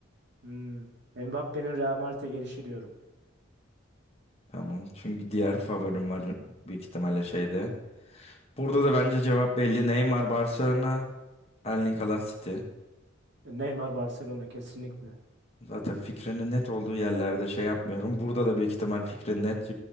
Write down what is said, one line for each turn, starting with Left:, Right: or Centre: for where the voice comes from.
Right: Hmm. Mbappe'nin Real Madrid'e gelişi diyorum.
Left: Tamam. Çünkü diğer favorim var büyük ihtimalle şeyde. Burada da bence cevap belli. Neymar Barcelona, Erling Haaland City.
Right: Neymar Barcelona kesinlikle.
Left: Zaten fikrinin net olduğu yerlerde şey yapmıyorum. Burada da büyük ihtimal fikrin net.